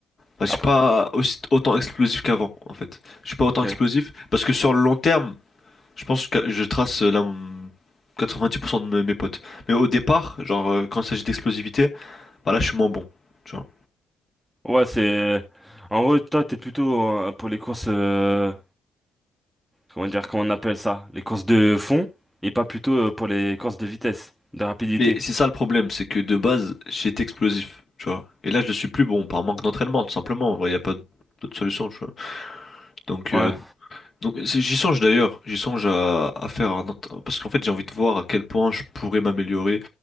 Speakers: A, on the left (about 40°); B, in the centre.
A: Bah, je suis
B: Après.
A: pas aussi, autant explosif qu'avant, en fait. Je suis pas autant
B: Ok.
A: explosif parce que sur le long terme, je pense que je trace euh, la, 90% de me- mes potes. Mais au départ, genre, euh, quand il s'agit d'explosivité, bah là, je suis moins bon, tu vois.
B: Ouais, c'est. En gros, toi, t'es plutôt euh, pour les courses. euh, Comment dire, comment on appelle ça? Les courses de fond et pas plutôt euh, pour les courses de vitesse, de rapidité.
A: Et c'est ça le problème, c'est que de base, j'étais explosif, tu vois. Et là, je ne suis plus bon par manque d'entraînement, tout simplement. En vrai, il n'y a pas d'autre solution, tu vois. Donc, euh,
B: Ouais.
A: donc c'est- j'y songe d'ailleurs, j'y songe à, à faire un ent- parce qu'en fait, j'ai envie de voir à quel point je pourrais m'améliorer